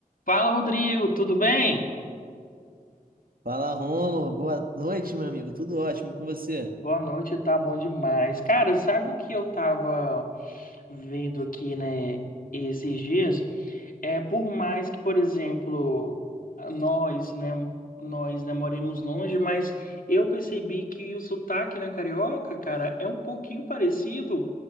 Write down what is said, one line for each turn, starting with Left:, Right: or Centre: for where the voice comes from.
Left: Fala, Rodrigo, tudo bem?
Right: Fala, Rômulo. Boa noite, meu amigo. Tudo ótimo com você?
Left: Boa noite, tá bom demais. Cara, sabe o que eu tava vendo aqui, né, esses dias? É, por mais que, por exemplo, nós, né, nós, né, moremos longe, mas eu percebi que o sotaque, né, carioca, cara, é um pouquinho parecido